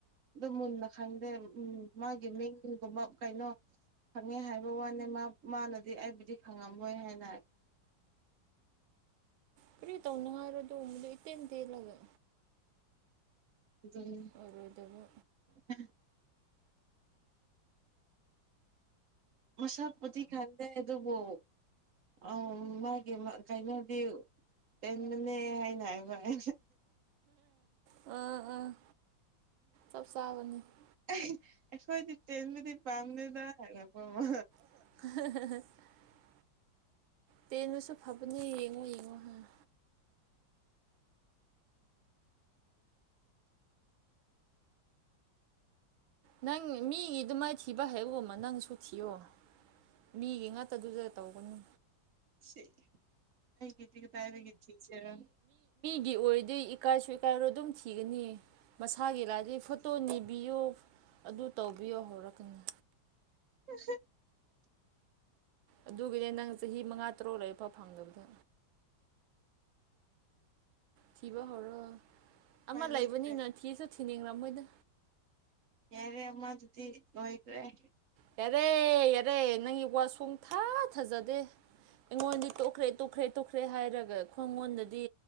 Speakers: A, on the right; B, on the right.
A: ꯑꯗꯨ ꯃꯨꯟꯅ ꯈꯪꯗꯦ ꯎꯝ ꯃꯥꯒꯤ ꯃꯤꯡꯒꯨꯝꯕ ꯀꯩꯅꯣ ꯈꯪꯉꯦ ꯍꯥꯏꯕ ꯋꯥꯅꯦ ꯃꯥꯅꯗꯤ ꯑꯩꯕꯨꯗꯤ ꯈꯪꯉꯝꯃꯣꯏ ꯍꯥꯏꯅꯦ
B: ꯀꯔꯤ ꯇꯧꯅꯉꯥꯏꯔꯗꯕꯗꯣ ꯏꯇꯦꯟ ꯇꯦꯜꯂꯒ
A: ꯎꯝ
B: ꯑꯣꯏꯔꯣꯏꯗꯕ
A: <unintelligible> <inaudible> ꯃꯁꯥ ꯄꯊꯤ ꯈꯗꯦ ꯑꯗꯨꯕꯨ ꯑ ꯃꯥꯒꯤ ꯀꯩꯅꯣꯗꯤ ꯑꯦꯟꯅ ꯍꯥꯏꯅ ꯍꯥꯏ ꯃꯥꯅ
B: ꯑ ꯑ ꯁꯕꯅꯤ <unintelligible> <inaudible>
A: ꯑꯩꯈꯣꯏꯗꯤ ꯇꯦꯟꯕꯗꯤ ꯄꯥꯝꯗꯗ ꯍꯥꯏꯔꯛꯄꯃ
B: <unintelligible> <inaudible> ꯇꯦꯟꯕꯁꯨ ꯐꯕꯅꯦ ꯌꯦꯡꯉꯣ ꯌꯦꯡꯉꯣ ꯍꯥꯪ ꯅꯪ ꯃꯤꯒꯤꯗꯨ ꯃꯥꯏꯊꯤꯕ ꯍꯥꯏ ꯎ ꯑꯃ ꯅꯪꯁꯨ ꯊꯤꯌꯣ꯫ ꯃꯤꯒꯤ ꯉꯇ ꯑꯗꯨꯗ ꯇꯧꯒꯅꯨ꯫
A: ꯁꯤ ꯑꯩꯒꯤꯇꯤ ꯀꯇꯥꯏꯗꯒꯤ ꯊꯤꯁꯤꯔ꯫
B: ꯒꯤ ꯑꯣꯏꯔꯗꯤ ꯏꯀꯥꯏꯁꯨ ꯏꯀꯥꯏꯔꯣ ꯑꯗꯨꯝ ꯊꯤꯒꯅꯤ ꯃꯁꯥꯒꯤ ꯂꯥꯏꯗꯤ ꯐꯣꯇꯣ ꯅꯤ꯫ ꯕꯤꯌꯨ ꯑꯗꯨ ꯇꯧꯕꯤꯌꯣ ꯍꯧꯔꯛꯀꯅꯤ꯫
A: <unintelligible>
B: ꯑꯗꯨꯒꯤꯅꯦ ꯅꯪ ꯆꯍꯤ ꯃꯉꯥ ꯇꯔꯨꯛ ꯂꯩꯐ ꯐꯪꯗꯕꯗ꯫ ꯊꯤꯕ ꯍꯧꯔꯣ
A: ꯎꯄꯥꯏ
B: ꯑꯃ ꯂꯩꯕꯅꯤꯅ
A: ꯂꯩꯇ꯭ꯔꯦ
B: ꯊꯤꯁꯨ ꯊꯤꯅꯤꯡꯔꯝꯃꯣꯏꯗ꯫
A: ꯑꯦꯔꯦ ꯑꯃꯃꯥ ꯑꯗꯨꯗꯤ ꯂꯣꯏꯈꯔꯦ꯫
B: ꯌꯥꯔꯦ ꯌꯥꯔꯦ ꯅꯪꯒꯤ ꯋꯥ ꯁꯨꯡꯊꯥ ꯊꯖꯗꯦ꯫ ꯑꯩꯉꯣꯟꯗꯤ ꯇꯣꯛꯈ꯭ꯔꯦ ꯇꯣꯛꯈ꯭ꯔꯦ ꯇꯣꯛꯈ꯭ꯔꯦ ꯍꯥꯏꯔꯒ ꯈꯣꯡꯉꯣꯟꯗꯗꯤ